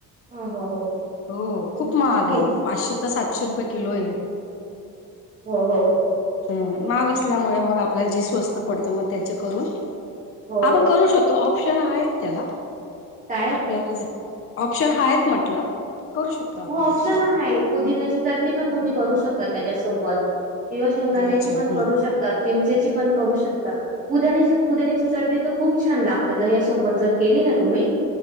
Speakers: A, on the right; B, on the left.
A: ह हो हो.
B: हो
A: हं.
B: खूप महाग
A: हो,
B: आहे, पाचशे तर सातशे रुपये किलो आहे.
A: ह हो हो.
B: महाग असल्यामुळे मग आपल्याला जे स्वस्त पडत मग त्या करून
A: हो.
B: आपण करू शकतो ऑप्शन आहेत त्याला
A: काय?
B: आपल्याला ऑप्शन हा आएत म्हटलं. करू शकतो आपण
A: हो ऑप्शन
B: असं
A: हाय पुदिन्याची चटणी पण तुम्ही करू शकता त्याच्यासोबत किवा शेंगदाण्याची
B: अच्छा
A: पण
B: हम्म
A: करू शकतात. चिंचेची पण करू शकता, पुद्यान्याची, पुद्याण्याची चटणी तर खूप छान लागते दह्यासोबत जर केली, तर तुम्ही